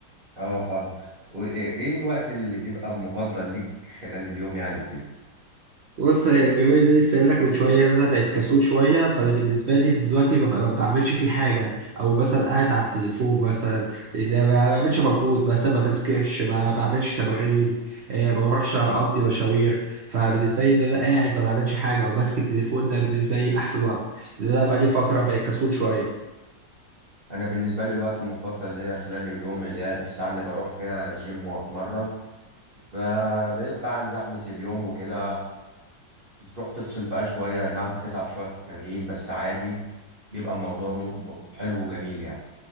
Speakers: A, on the right (about 35°); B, on the right (about 75°).
A: اه فاهم وايه إيه الوقت اللي بيبقى مفضل ليك خلال اليوم يعني وكده
B: بص بما اني لسه قايل لك من شويه ان انا بقيت كسول شويه فانا بالنسبه لي دلوقتي ما ب- ما بعملش فيه حاجه او مثلا قاعد على التليفون مثلا ده ما بعملش مجهود مثلا ما بذاكرش ما بعملش تمارين آه، ما بروحش اقضي مشاوير فبالنسبه لي ان انا قاعد ما بعملش حاجه او ماسك التليفون ده بالنسبه لي احسن وقت لان انا بقالي فتره بقيت كسول شويه
A: انا بالنسبه لي الوقت المفضل ليا خلال اليوم اللي هي الساعه اللي بروح فيها الجيم واتمرن ب- بيبقى عن زحمه اليوم وكده بتروح تفصل بقى شويه أي نعم بتتعب شويه في التمرين بس عادي بيبقى الموضوع م- حلو وجميل يعني